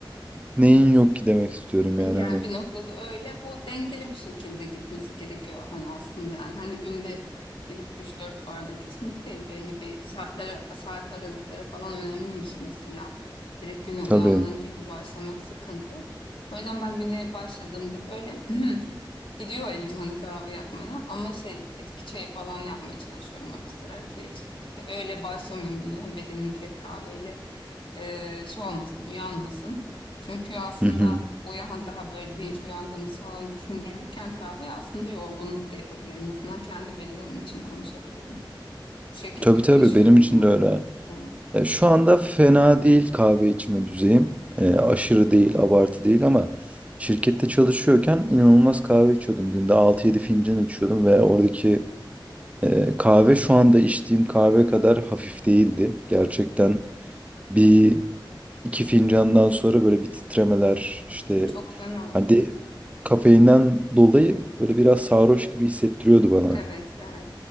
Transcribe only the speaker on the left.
Yani
bir noktada öyle. Bu dengeli bir şekilde gitmesi gerekiyor hani aslında yani. Hani günde gidip üç dört bardak içmek değil. Belli bir saatler, saat aralıkları falan önemliymiş mesela. Direkt güne uyandığın
gibi başlamak sıkıntı. O yüzden ben güne başladığımda böyle <clears throat> gidiyor elim hani kahve yapmaya. Ama şey bitki çayı falan yapmaya çalışıyorum ara sıra ki şey, öyle başlamayayım güne. Bedenim direkt kahveyle e, şey olmasın, uyanmasın. Çünkü aslında
uyan daha böyle dinç uyandığımız falan düşündürürken kahve aslında yorgunluk da yapabilir. En azından kendi bedenim için konuşabilirim. Bu şekilde
yaşıyorum
yani.
Evet.
Bu Çok fena.
Evet, evet.